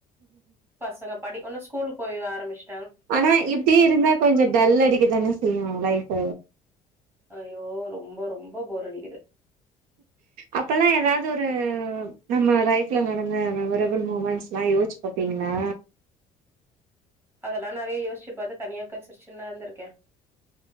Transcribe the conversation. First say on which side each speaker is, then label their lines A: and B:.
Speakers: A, on the right; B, on the right.
A: பசங்க படிக்னு ஸ்கூ கூல் போயி ஆரம்பிச்
B: ஆனா இப்டியே இருந்தா கொஞ்சோ டல் அடிக்குதானே செய்யு லைஃப்
A: ஐயோ! ரொம்ப ரொம்ப போர் அடிக்குது
B: அப்பல்லாம் ஏதாவது ஒரு நம்ம லைஃப்ல நடந்த மெமரபிள் மூமெண்ட்ஸ் எல்லாம் யோசிச்சு பாப்பிங்களா
A: அதெல்லா நெறைய யோசிச்சு பா உக்காந்து சிரிச்சு ன்லா இருந்திருக்க இருக்கே